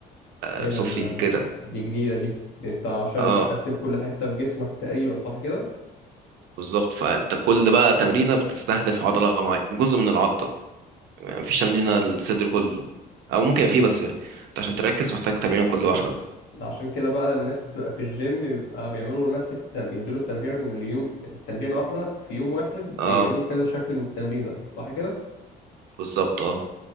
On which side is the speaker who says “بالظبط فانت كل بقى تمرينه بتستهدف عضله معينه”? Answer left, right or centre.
Right